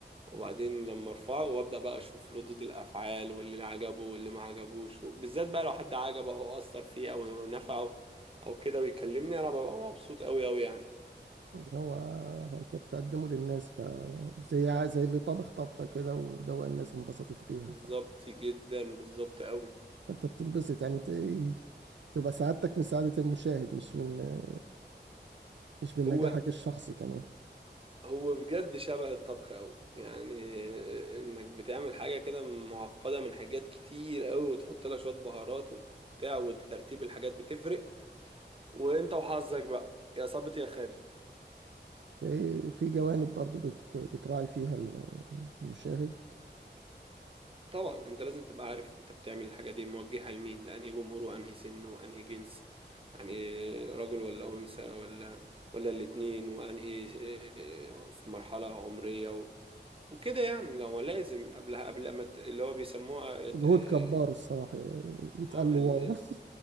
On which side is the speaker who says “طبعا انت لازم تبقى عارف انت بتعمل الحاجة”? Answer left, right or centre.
Right